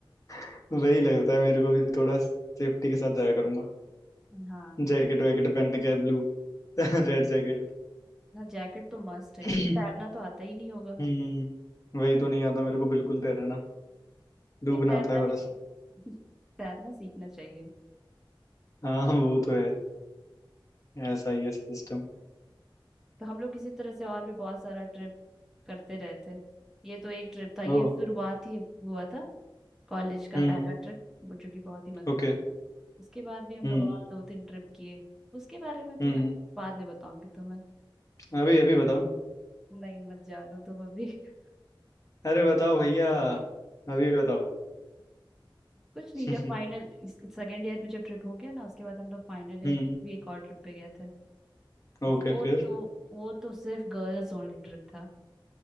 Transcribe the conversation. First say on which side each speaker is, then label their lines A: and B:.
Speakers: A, on the left; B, in the centre.
A: <laughs> वही लगता है मेरे को भी थोड़ा सेफ्टी के साथ जाया करूंगा
B: हाँ
A: जैकेट वैकेट पहन के ब्लू रेड जैकेट
B: ना जैकेट तो मस्ट है
A: <laughs>
B: क्योंकि तैरना
A: <clears throat>
B: तो आता ही नहीं होगा
A: हम्म वही तो नहीं आता मेरे को बिल्कुल तैरना डूबना
B: लेकिन तैरना
A: आता है बस
B: भी <laughs> तैरना सीखना चाहिए
A: हाँ वो तो है ऐसा ही है सिस्टम
B: तो हम लोग किसी तरह से और भी बहुत सारा ट्रिप करते रहे थे ये तो एक ट्रिप था ये
A: ओ
B: शुरुआत ही हुआ था कॉलेज का
A: हम्म
B: पहला ट्रिप जो कि बहुत ही मजेदार
A: ओके
B: उसके बाद भी हम
A: हम्म
B: लोग और दो तीन ट्रिप किए उसके बारे में तो
A: हम्म
B: मैं बाद में बताऊंगी तुम्हें
A: अभी अभी बताओ
B: नहीं मत जानो तुम अभी <laughs>
A: अरे बताओ भैया अभी बताओ
B: कुछ नहीं
A: <laughs>
B: जब फाइनल इसके सेकेंड ईयर में जब ट्रिप हो गया ना उसके बाद हम लोग फाइनल ईयर
A: हम्म
B: भी एक और ट्रिप पे गए थे वो
A: ओके फिर
B: तो वो तो सिर्फ गर्ल्स ओनली ट्रिप था